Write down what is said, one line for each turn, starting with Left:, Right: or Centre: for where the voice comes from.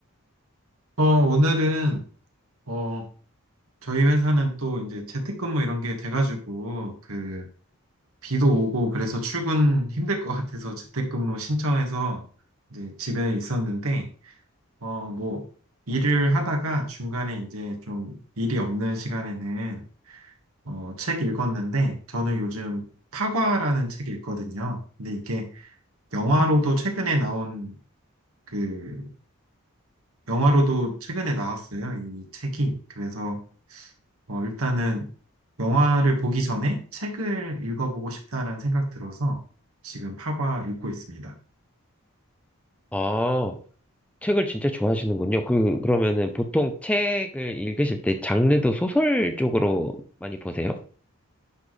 Right: 어, 오늘은 어, 저희 회사는 또 이제 재택근무 이런 게 돼가지고 그 비도 오고 그래서 출근 힘들 것 같아서 재택근무 신청해서 이제 집에 있었는데 어, 뭐, 일을 하다가 중간에 이제 좀 일이 없는 시간에는 어, 책 읽었는데, 저는 요즘 파과라는 책 읽거든요. 근데 이게 영화로도 최근에 나온 그, 영화로도 최근에 나왔어요. 이 책이. 그래서 어, 일단은 영화를 보기 전에 책을 읽어보고 싶다라는 생각 들어서 지금 파과 읽고 있습니다.
Centre: 아, 책을 진짜 좋아하시는군요. 그, 그러면은 보통 책을 읽으실 때 장르도 소설 쪽으로 많이 보세요?